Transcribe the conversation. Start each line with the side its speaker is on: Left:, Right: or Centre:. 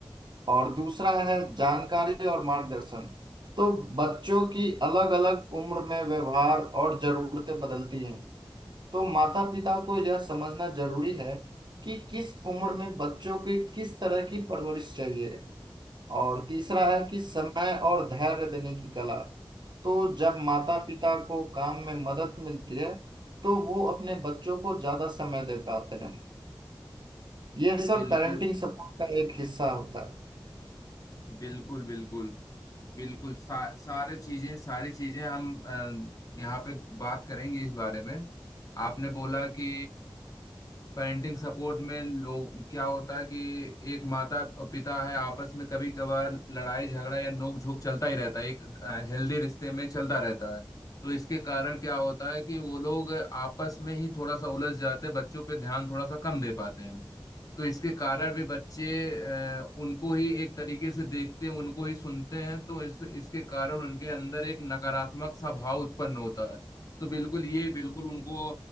Right: और दूसरा है जानकारी और मार्गदर्शन तो बच्चों की अलग अलग उम्र में व्यवहार और जरूरतें बदलती हैं तो माता पिता को यह समझना जरूरी है कि किस उम्र में बच्चों की किस तरह की परवरिश चाहिए और तीसरा है कि समय और धैर्य देने की कला तो जब माता पिता को काम में मदद मिलती है तो वो अपने बच्चों को ज्यादा समय दे पाते हैं ये सब
Left: बिल्कुल
Right: पेरेंटिंग सपोर्ट का एक हिस्सा होता है
Left: बिल्कुल बिल्कुल बिल्कुल सा, सारे चीजें सारी चीजें हम अ, यहाँ पे बात करेंगे इस बारे में आपने बोला कि पेरेंटिंग सपोर्ट में लोग क्या होता है कि एक माता और पिता है आपस में कभी कभार लड़ाई झगड़ा या नोक झोंक चलता ही रहता है एक हेल्दी रिश्ते में चलता रहता है तो इसके कारण क्या होता है कि वो लोग आपस में ही थोड़ा सा उलझ जाते हैं बच्चों पे ध्यान थोड़ा सा कम दे पाते हैं तो इसके कारण भी बच्चे अ, उनको ही एक तरीके से देखते हैं उनको ही सुनते हैं तो इस इसके कारण उनके अंदर एक नकारात्मक सा भाव उत्पन्न होता है तो बिल्कुल ये बिल्कुल उनको